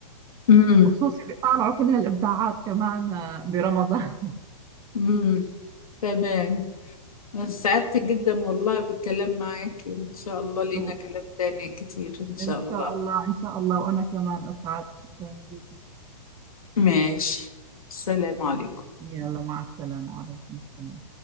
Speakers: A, on the left; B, on the right.
A: امم
B: خصوصي بيطلعوا كل هالابداعات كمان آه، برمضان
A: امم تمام سعدت جدا والله بالكلام معاك ان شاء الله لينا
B: <laughs>
A: كلام تاني كتير ان شاء
B: ان شاء
A: الله
B: الله ان شاء الله وانا كمان اسعد شكرا ليكي
A: ماشي السلام عليكم
B: يلا مع السلامة وعليكم السلام